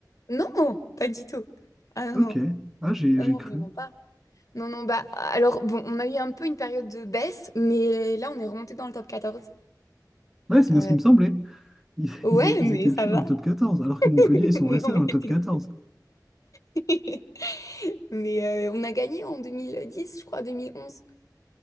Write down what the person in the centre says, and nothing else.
Ok.
Ah, j'ai
j'ai
cru.
Ouais, c'est bien
ce qui me semblait. Ils,
ils- ils
étaient
plus
dans le top 14, alors
que Montpellier, ils sont
restés
dans
le top quatorze.